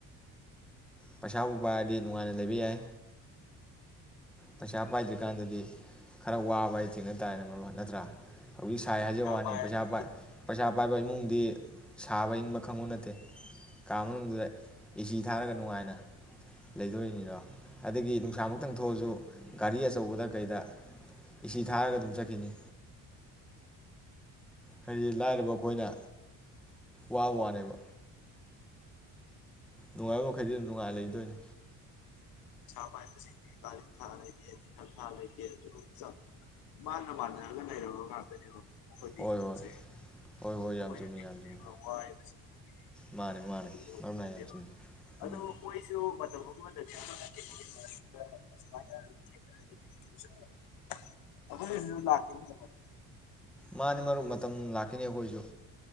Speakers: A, in the centre; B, on the left.
A: ꯄꯩꯁꯥꯕꯨ ꯄꯥꯏꯔꯗꯤ ꯅꯨꯡꯉꯥꯏꯅ ꯂꯩꯕ ꯌꯥꯏ ꯄꯩꯁꯥ ꯄꯥꯏꯗ꯭ꯔꯤꯀꯥꯟꯗꯗꯤ ꯈꯔ ꯋꯥꯕ ꯍꯥꯏ ꯊꯦꯡꯅ ꯇꯥꯔꯦꯅ ꯃꯔ ꯅꯠꯇ꯭ꯔꯥ ꯍꯧꯛ ꯁꯥꯏ ꯍꯥꯏꯖꯕꯩ ꯋꯥꯅꯤ
B: ꯄꯥꯏꯔꯗꯤ
A: ꯄꯩꯁꯥ ꯄꯩꯥ ꯄꯩꯁꯥ ꯄꯥꯏꯕ ꯏꯃꯨꯡꯗꯤ ꯁꯥꯕ ꯏꯪꯕ ꯈꯪꯕꯨ ꯅꯠꯇꯦ ꯀꯥ ꯃꯅꯨꯡꯗꯨꯗ ꯏꯆ ꯊꯥꯔꯒ ꯅꯨꯡꯉꯥꯏꯅ ꯂꯩꯗꯣꯔꯤꯅꯤꯅꯣ ꯑꯗꯒꯤ ꯅꯨꯡꯁꯥꯃꯛꯇꯪ ꯊꯣꯛꯑꯁꯨ ꯒꯥꯔꯤ ꯑꯆꯧꯕꯗ ꯀꯩꯗ ꯏꯁꯤ ꯊꯥꯔꯒ ꯑꯗꯨꯝ ꯆꯠꯈꯤꯕꯤꯅꯤ ꯍꯥꯏꯗꯤ ꯂꯥꯏꯔꯕ ꯑꯩꯈꯣꯏꯅ ꯋꯥꯕ ꯋꯥꯅꯦꯕ ꯅꯨꯡꯉꯥꯏꯕ ꯃꯈꯩꯗꯤ ꯑꯗꯨꯝ ꯅꯨꯡꯉꯥꯏ ꯂꯩꯗꯣꯏꯅꯤ
B: ꯄꯩꯁꯥ ꯄꯥꯏꯕꯁꯤꯡꯗꯤ ꯀꯥꯔꯤ ꯊꯥ ꯂꯩꯇꯦ ꯅꯤꯡꯊꯛ ꯊꯥ ꯂꯩꯇꯦ ꯑꯗꯨꯒ ꯃꯥꯥꯟꯅ ꯃꯥꯥꯟꯅꯔꯒ ꯂꯩꯔꯕ ꯉꯥꯛꯇꯅꯦꯕ ꯃꯈꯣꯏꯗꯤ
A: ꯍꯣꯏ
B: ꯍꯤꯡꯕꯁꯦ
A: ꯍꯣꯏ ꯍꯣꯏ ꯍꯣꯏ
B: ꯑꯩꯈꯣꯏꯅ
A: ꯌꯥꯝ ꯆꯨꯝꯃꯤ
B: ꯊꯦꯡꯅꯔꯤꯕ
A: ꯌꯥꯝ ꯆꯨꯝꯃꯤ
B: ꯋꯥꯔꯤꯕꯁꯤꯡꯁꯦ ꯃꯣꯏꯗꯤ
A: ꯃꯥꯅꯦ ꯃꯥꯅꯦ
B: ꯑꯗꯨ ꯌꯧꯕ
A: ꯃꯔꯨ ꯅꯥꯏ
B: ꯅꯠꯇꯦꯕ
A: ꯌꯥꯝ ꯆꯨꯝꯃꯤ
B: ꯑꯗꯨ
A: ꯎꯝ
B: <unintelligible> <unintelligible>
A: ꯃꯥꯅꯤ ꯃꯔꯨꯞ ꯃꯇꯝ ꯂꯥꯛꯈꯤꯅꯤ ꯑꯩꯈꯣꯏꯁꯨ